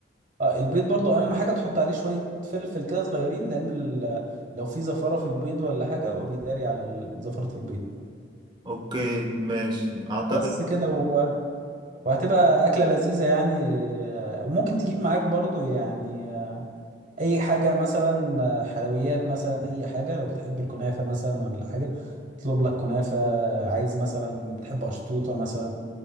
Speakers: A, on the right; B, on the right.
A: اه البيض برضو اهم حاجه تحط عليه شويه فلفل كده صغيرين لان ال- لو في زفاره في البيض ولا حاجه هو بيداري على ال- زفره البيض
B: اوكي ماشي اعتقد
A: بس كده و... وهتبقى اكله لذيذه يعني آه، وممكن تجيب معاك برضو يعني اي حاجه مثلا آه، حلويات مثلا اي حاجه لو بتحب الكنافه مثلا ولا حاجه اطلب لك كنافه عايز مثلا بتحب اشطوطه مثلا